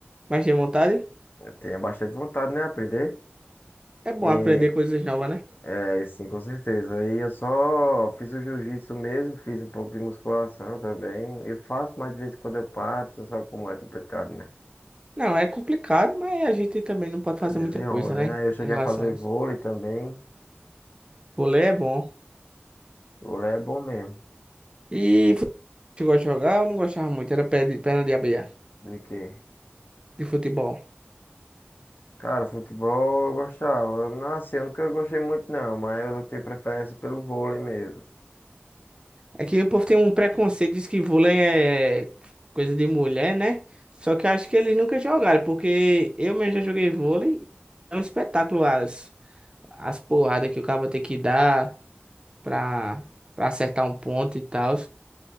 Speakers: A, on the right; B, on the left.
A: Mas tem vontade?
B: Eu tenho bastante vontade, né? Aprender.
A: É bom
B: E
A: aprender coisas novas, né?
B: é, sim, com certeza. Aí eu só fiz o jiu-jitsu mesmo, fiz um pouco de musculação também. Eu faço, mas de vez em quando eu paro, você sabe como é complicado, né?
A: Não, é complicado, mas a gente também não pode
B: É
A: fazer
B: desenrola,
A: muita coisa,
B: né?
A: né?
B: Aí eu cheguei
A: Em relação
B: a fazer
A: a isso.
B: vôlei também.
A: Vôlei é bom.
B: Vôlei é bom mesmo.
A: E futebol chegou de jogar, eu não gostava muito, era pé de- perna de abelha
B: De quê?
A: de futebol.
B: Cara, futebol eu gostava. Não, assim, eu nunca gostei muito, não, mas eu tenho preferência pelo vôlei mesmo.
A: É que o povo tem um preconceito, diz que vôlei é coisa de mulher, né? Só que eu acho que eles nunca jogaram, porque eu mesmo já joguei vôlei. É um espetáculo as as porradas que o cara tem que dar pra, pra acertar um ponto e tal.